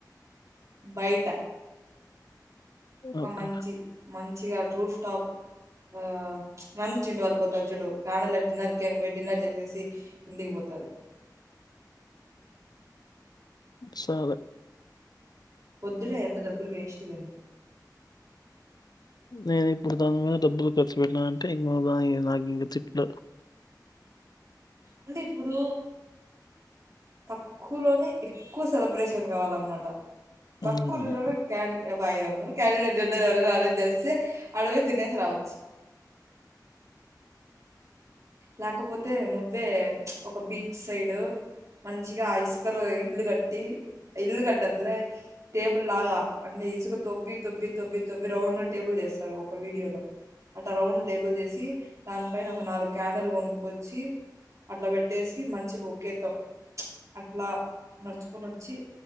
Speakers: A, on the right; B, on the left.
A: బైట ఒక
B: ఓకే
A: మంచి మంచిగా ట్రూఫ్ టాప్ ఆ మమ్మి చింటు వాళ్ళు పోతారు జూడు కానలా డిన్నర్ కని పోయి డిన్నర్ చేసేసి ఇంటికి పోతారు
B: సరే
A: వొద్దులే అంత డబ్బులు వేస్ట్ గాని
B: నేను ఇప్పుడు దాని మీద డబ్బులు ఖర్చు పెట్టనా అంటే ఇంగ నాయి నాగింగ తిట్లు
A: అంటె ఇప్పుడూ తక్కువలోనే ఎక్కువ సెలబ్రేషన్ గావాలన్మాట తక్కువ
B: ఉమ్.
A: రే క్యాడిల్ ఒక ఐదు వందలు క్యాండిల్ నైట్ డిన్నర్ ఎవరైన అరేంజ్ చేస్తే ఆడ పోయి తినేసి రావచ్చు లేకపోతే నువ్వే ఒక బీచ్ సైడ్ మంచిగా అ ఇసుకలో ఇల్లు కట్టి ఇల్లు కట్టొదులే టేబుల్ లాగా అంటే ఇసుక తొవ్వి తొవ్వి తొవ్వి తొవ్వి రౌండ్గ టేబుల్ చేస్తారు ఒక వీడియోలో అట్ట రౌండ్ టేబుల్ చేసి దానిపైన ఒక నాలుగు క్యాండల్ కొనుక్కొచ్చి అట్ల పెట్టేసి మంచి ఒక్కెత్తొ అట్లా నడుచుకొని వచ్చి